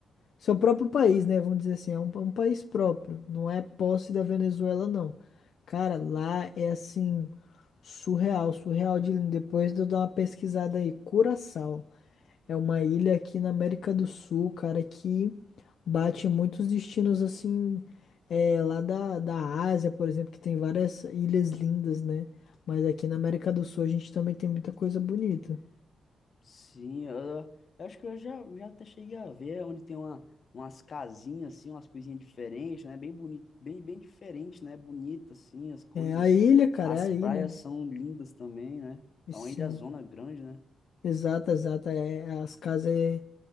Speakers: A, on the left; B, on the left.
A: seu próprio país, né? Vamos dizer assim, é um, um país próprio, não é posse da Venezuela, não. Cara, lá é assim, surreal, surreal de lindo. Depois de eu dar uma pesquisada aí, Curaçao. É uma ilha aqui na América do Sul, cara, que bate em muitos destinos assim, é, lá da, da Ásia, por exemplo, que tem várias ilhas lindas, né? Mas aqui na América do Sul a gente também tem muita coisa bonita.
B: Sim, eu, eu acho que eu já, já até cheguei a ver onde tem uma, umas casinhas, assim, umas coisinhas diferentes, né? Bem bonito, bem, bem diferente, né? Bonita, assim, as coisas.
A: É a ilha, cara,
B: As
A: é a ilha.
B: praias são lindas também, né?
A: E
B: É
A: Sim,
B: uma ilha zona grande, né?
A: exata, exata. É, as casas, é-